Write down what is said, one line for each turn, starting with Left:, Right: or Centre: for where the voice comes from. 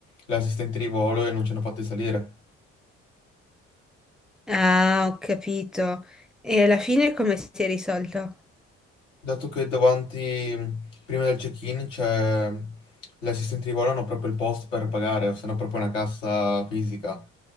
Left: le assistenti di volo e non ci hanno fatti salire.
Centre: Ah, ho capito. E alla fine come si è risolto?
Left: dato che davanti, prima del check-in, c'è l'assistente di volo, hanno proprio il post per pagare, o se no proprio una cassa fisica.